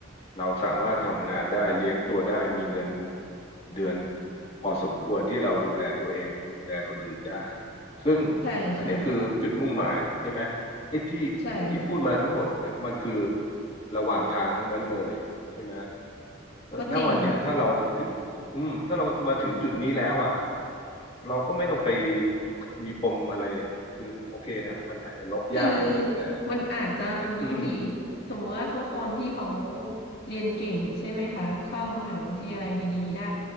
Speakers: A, on the left; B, on the left.
A: เราสามารถทำงานได้เลี้ยงตัวได้มีเงินเดือนพอสมควรที่เราดูแลตัวเองดูแลคนอื่นได้ซึ่ง
B: ใช่ใช่
A: อันเนี้ยคือจุดมุ่งหมายใช่ไหมไอ้ที่
B: ใช่ค่ะ
A: ที่พูดมาทั้งหมดเนี่ยมันคือระหว่างทางทั้งนั้นเลยใช่ไหมเอ่อณวันเนี้ยถ้าเราถึงอืมถ้าเรามาถึงจุดนี้แล้วอ่ะ
B: ก็จริง
A: เราก็ไม่ต้องไปมีปมอะไรคือโอเคนะมันอาจจะลบยากหน่อยแต่
B: คือมันอาจจะนี้พี่
A: อืม
B: สมมติว่าเขาคนที่เขาเรียนเก่งใช่ไหมคะเข้ามหาวิทยาลัยดีๆได้